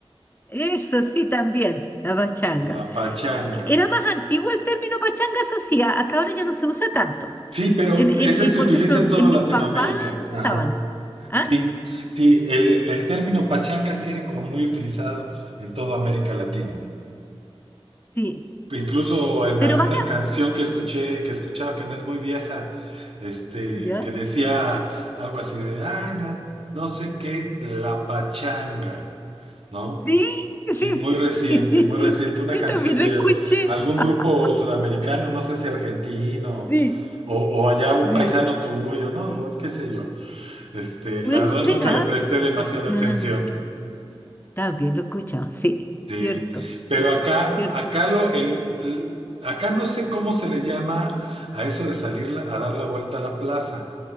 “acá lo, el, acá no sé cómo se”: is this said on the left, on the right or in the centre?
Right